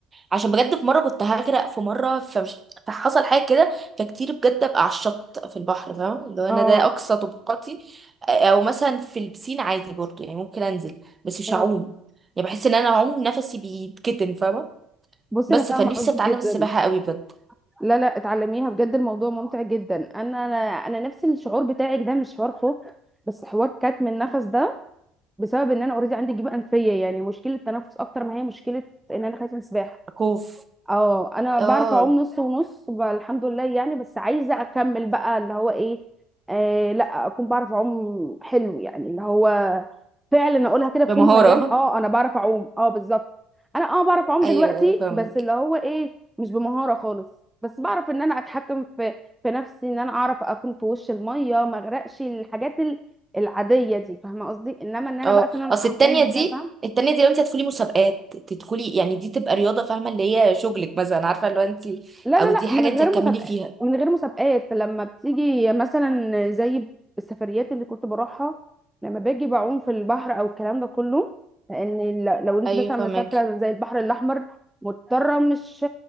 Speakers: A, on the right; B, in the centre.
A: عشان بجد في مره كنت هغرق في مره فمش فحصل حاجه كده فكتير بجد ابقى على الشط في البحر فاهم اللي هو انا
B: اه
A: ده اقصى طبقاتي او مثلا في البسين عادي برضو يعني ممكن انزل بس مش
B: اه
A: هعوم يعني بحس ان انا اعوم نفسي بيتكتم فاهمه
B: بصي
A: بس
B: انا فاهمه
A: فنفسي
B: قصدك
A: اتعلم
B: جدا
A: السباحه قوي بجد
B: لا لا اتعلميها بجد الموضوع ممتع جدا انا انا انا نفس الشعور بتاعك ده مش حوار خوف بس حوار كتم النفس ده بسبب ان انا اوريدي عندي جيوب انفيه يعني مشكله تنفس اكتر ما هي مشكله ان انا خايفه من السباحه
A: خوف
B: اه انا
A: اه
B: بعرف اعوم نص ونص بقى الحمد لله يعني بس عايزه اكمل بقى اللي هو ايه آه لا اكون بعرف اعوم حلو يعني اللي هو فعلا اقولها كده بفم
A: بمهاره
B: مليان اه انا بعرف اعوم اه بالظبط انا اه بعرف
A: <laughs>
B: اعوم
A: ايوه
B: دلوقتي
A: ايوه فاهمك
B: بس اللي هو ايه مش بمهاره خالص بس بعرف ان انا اتحكم في في نفسي ان انا اعرف اكون في وش الميه ما اغرقش الحاجات ال- العاديه دي فاهمه قصدي انما ان انا
A: اه
B: بقى مثلا
A: اصل
B: اعوم
A: التانية
B: مسافه
A: دي التانية دي لو انت هتدخلي مسابقات تدخلي يعني دي تبقى رياضة فاهمة اللي هي شغلك مثلا عارفة لو انت
B: لا
A: او
B: لا
A: دي
B: لا
A: حاجة
B: من غير
A: انت هتكملي
B: مسابقات
A: فيها
B: من غير مسابقات لما بتيجي مثلا زي السفريات اللي كنت بروحها لما باجي بعوم في البحر او الكلام ده كله لان ل- لو انت
A: ايوه
B: مثلا
A: فهمك
B: مسافره زي البحر الاحمر مضطره مش